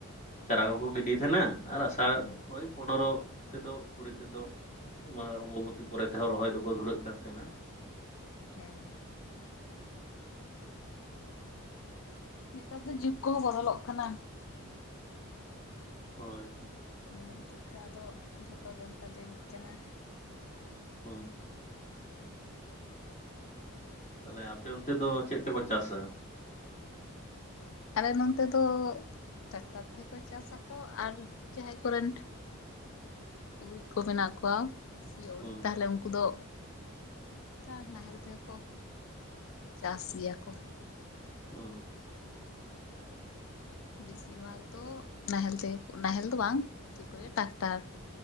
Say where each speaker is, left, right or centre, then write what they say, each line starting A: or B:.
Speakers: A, on the left; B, on the left.
A: ᱪᱟᱨᱟ ᱠᱚᱠᱚ ᱜᱤᱰᱤ ᱛᱟᱦᱮᱱᱟ ᱟᱨ ᱟᱥ ᱟᱨ
B: ᱦᱮᱸ
A: ᱳᱭ ᱯᱚᱱᱮᱨᱚ ᱛᱮᱫᱚ ᱠᱩᱲᱤ ᱛᱮᱫᱚ ᱢᱟ ᱚᱢᱵᱚᱵᱚᱛᱤ ᱯᱚᱨᱮ ᱛᱮᱦᱚᱸ ᱨᱚᱦᱚᱭ ᱫᱚᱠᱚ ᱫᱷᱩᱨᱟᱹᱜ ᱠᱟᱱ ᱛᱟᱦᱮᱱᱟ
B: ᱦᱮᱸ ᱱᱮᱛᱟᱨ ᱫᱚ ᱡᱩᱜᱽ ᱠᱚᱦᱚᱸ ᱵᱚᱫᱚᱞᱚᱜ ᱠᱟᱱᱟ
A: ᱦᱳᱭ
B: ᱤᱱᱟᱹ ᱦᱚᱛᱮᱫᱛᱮ ᱟᱫᱚ ᱡᱷᱚᱛᱚᱜᱮ ᱚᱱᱠᱟ ᱫᱮᱨᱤᱜ ᱠᱟᱱᱟ
A: ᱦᱩᱸ ᱛᱟᱦᱚᱞᱮ ᱟᱯᱮ ᱚᱱᱛᱮ ᱫᱚ ᱪᱮᱫ ᱛᱮᱠᱚ ᱪᱟᱥᱟ
B: ᱟᱞᱮ ᱱᱚᱱᱛᱮ ᱫᱚ ᱴᱨᱟᱠᱴᱟᱨ ᱛᱮᱦᱚᱸ ᱠᱚ ᱪᱟᱥᱟ ᱟᱨ ᱡᱟᱦᱟᱸᱭ ᱠᱚᱨᱮᱱ ᱜᱩᱨᱤᱡ ᱠᱚ ᱢᱮᱱᱟᱜ ᱠᱚᱣᱟ ᱤᱭᱟᱹᱣᱨᱤᱡ
A: ᱦᱩᱸ
B: ᱛᱟᱦᱚᱞᱮ ᱩᱱᱠᱩ ᱫᱚ ᱠᱟᱴ ᱱᱟᱦᱮᱞ ᱛᱮᱦᱠᱚ ᱪᱟᱥ ᱜᱮᱭᱟ ᱠᱚ
A: ᱚᱸ
B: ᱵᱮᱥᱤᱨ ᱵᱷᱟᱜᱽ ᱫᱚ ᱱᱟᱦᱮᱞ ᱛᱮ ᱱᱟᱦᱮᱞ ᱫᱚ ᱵᱟᱝ ᱪᱮᱫ ᱠᱚ ᱞᱮᱭᱟ ᱴᱨᱟᱠᱴᱟᱨ